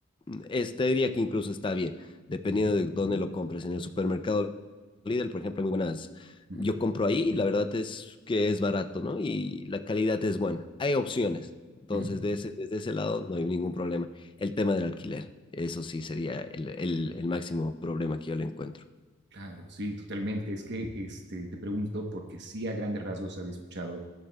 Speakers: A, on the left; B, on the right.
A: mm, es, te diría que incluso está bien, dependiendo
B: ujú,
A: de dónde lo compres. En el supermercado Lidl, por ejemplo, hay muy buenas.
B: ujú,
A: Yo compro ahí y la verdad es que es barato, ¿no? Y la calidad es buena. Hay opciones. Entonces,
B: ujú,
A: de ese, desde ese lado no hay ningún problema. El tema del alquiler, eso sí sería el, el, el máximo problema que yo le encuentro.
B: Claro, sí, totalmente. Es que este, te pregunto porque sí a grandes rasgos había escuchado